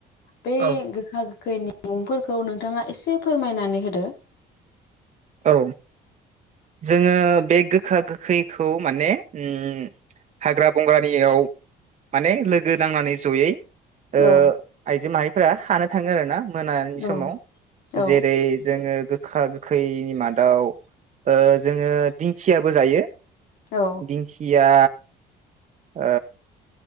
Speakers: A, on the left; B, on the right.
A: बे
B: औ
A: गोखा गोखैनि मुंफोरखौ नोंथाङा एसे फोरमायनानै होदो।
B: औ। जोङो बे गोखा गोखैखौ माने ओम हाग्रा बंग्रानियाव माने लोगो नांनानै जयै ओ
A: औ
B: आइजो माहा रिफोरा खानो थाङो आरो ना। मोनानि समाव
A: औ औ
B: जेरै जोङो गोखा गो खैनि मादाव ओ जोङो दिंखियाबो जायो।
A: औ
B: दिंखिया ओ